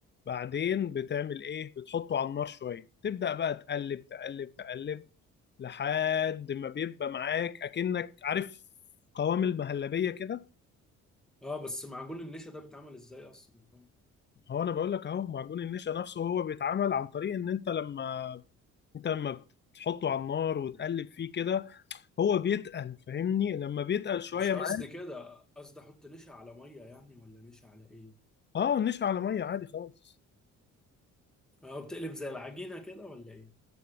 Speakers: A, on the left; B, in the centre.
A: بعدين بتعمل ايه بتحطه على النار شويه تبدا بقى تقلب تقلب تقلب لحد ما بيبقى معاك اكنك عارف قوام المهلبيه كده
B: اه بس معجون النشا ده بيتعمل ازاي اصلا آه،
A: هو انا بقول لك اهو معجون النشا نفسه هو بيتعمل عن طريق ان انت لما انت لما بتحطه على النار وتقلب فيه كده هو بيتقل فاهمني لما بيتقل شويه
B: مش قصدي
A: معاك
B: كده قصدي احط نشا على ميه يعني ولا نشا على ايه
A: اه النشا على ميه عادي خالص
B: اه بتقلب زي العجينه كده ولا ايه